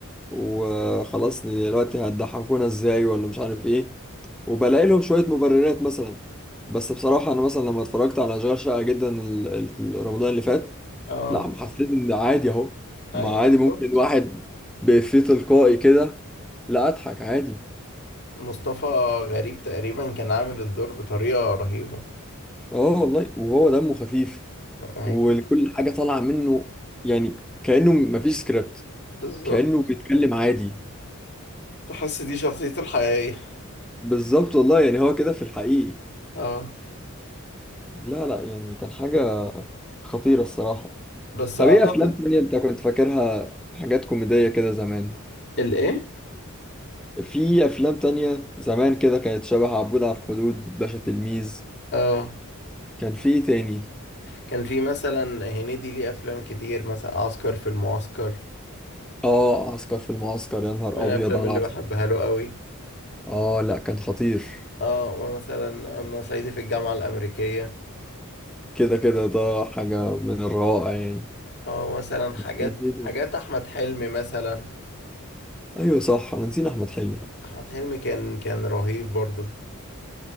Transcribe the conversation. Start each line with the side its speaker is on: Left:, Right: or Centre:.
Centre: وخلاص دلوقتي هتضحكونا ازاي ولا مش عارف ايه وبلاقي لهم شوية مبررات مثلا بس بصراحة انا مثلا لما اتفرجت على اشغال شقة جدا ال- ال- رمضان اللي فات
Left: اه
Centre: لا حسيت ان عادي اهو
Left: ايوه
Centre: ما عادي
Left: بالظبط
Centre: ممكن واحد بإفيه تلقائي كده لا اضحك عادي
Left: مصطفى غريب تقريبا كان عامل الدور بطريقة رهيبة
Centre: اه والله وهو دمه خفيف
Left: ايوه
Centre: وكل حاجة طالعة منه يعني كأنه مفيش سكريبت
Left: بالظبط
Centre: كأنه بيتكلم عادي
Left: تحس دي شخصيته الحقيقية
Centre: بالظبط والله يعني هو كده في الحقيقي
Left: اه
Centre: لا لا يعني كان حاجة خطيرة الصراحة
Left: بس
Centre: طب
Left: اعتقد
Centre: ايه افلام تانية انت كنت فاكرها حاجات كوميدية كده زمان
Left: الايه
Centre: في افلام تانية زمان كده كانت شبه عبود على الحدود باشا تلميذ
Left: اه
Centre: كان في ايه تاني
Left: كان في مثلا هنيدي ليه افلام كتير مثلا عسكر في المعسكر
Centre: اه عسكر في المعسكر يا نهار
Left: من الافلام
Centre: ابيض على
Left: اللي
Centre: عسكر
Left: بحبها له قوي
Centre: اه لا كان خطير
Left: اه مثلا انا صعيدي في الجامعة الامريكية
Centre: كده كده ده حاجة من الروائع يعني
Left: اه مثلا حاجات
Centre: بس كان في إيه تاني؟
Left: حاجات احمد حلمي مثلا
Centre: ايوه صح انا نسينا احمد حلمي
Left: احمد حلمي كان كان رهيب برضه